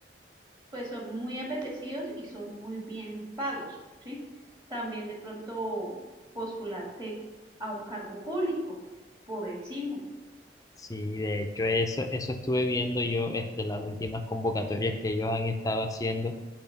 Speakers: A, on the right; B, on the left.
A: pues son muy apetecidos y son muy bien pagos, ¿sí? También de pronto postularte a un cargo público por el SIMO.
B: sí, de hecho, eso, eso estuve viendo yo, este, las últimas convocatorias que ellos han estado haciendo.